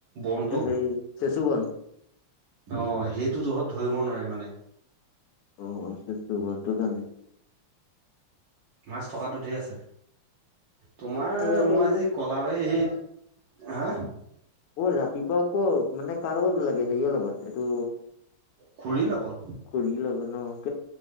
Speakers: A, on the right (about 60°); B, on the left (about 85°).
A: বনটো
B: হেৰি চেচু বন।
A: অ সেইটো জহত ধৰিব নোৱাৰি মানে।
B: অ চেচু বনটো কানে
A: মাছ থকাটো ধেই আছে। তোমাৰ
B: ইয়াতে
A: মই
B: এইকেইদিন
A: আজি কলাবাৰী সে। হা
B: অ ৰাতিপুৱা আকৌ মানে কা লগত গলাগে হেৰি লগত এইটো।
A: খুৰীৰ লগত
B: ঘুৰি আহিলো